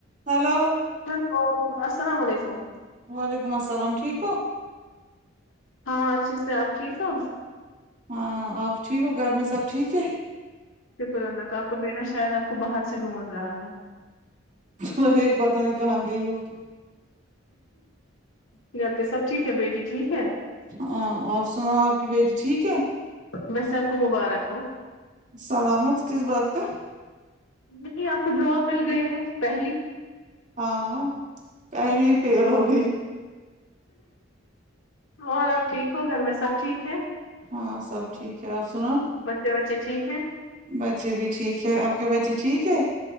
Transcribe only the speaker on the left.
hello السلام علیکم
ہاں اچھے سے آپ ٹھیک ہو
شکر اللہ کا آپ کا میرا شار آپ کو باہر سے ڈھونڈ رہا ہے
گھر پہ سب ٹھیک ہے بیٹی ٹھیک ہے
ویسے آپ کو مبارک ہو
نہیں آپ کو جاب مل گئی ہے پہلی
اور آپ ٹھیک ہو گھر میں سب ٹھیک ہے
بچے بچے ٹھیک ہے